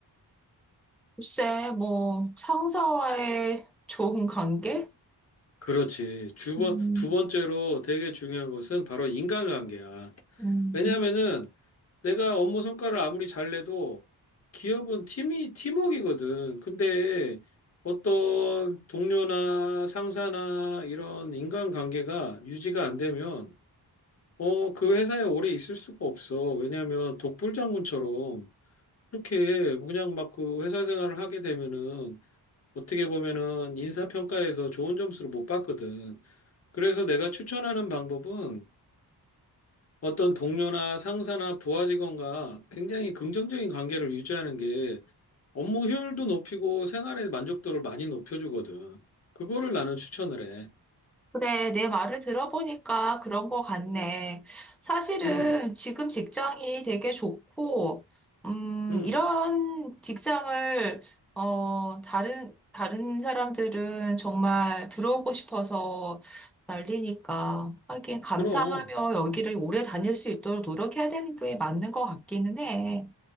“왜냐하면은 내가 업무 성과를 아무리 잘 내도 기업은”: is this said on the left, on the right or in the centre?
Left